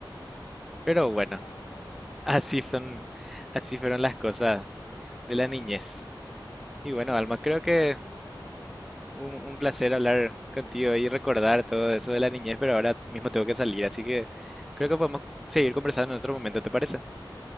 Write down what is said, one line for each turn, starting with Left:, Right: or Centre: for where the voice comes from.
Centre: Pero
Left: qué
Centre: bueno,
Left: plata, hermano.
Centre: así son, así fueron las cosas de la niñez. Y bueno, Alma, creo
Left: Sí,
Centre: que
Left: qué gusto recordar.
Centre: Un, un placer hablar
Left: Es-
Centre: contigo y recordar todo eso de la niñez, pero ahora mismo tengo que salir, así que creo que podemos seguir conversando en otro momento, ¿te parece?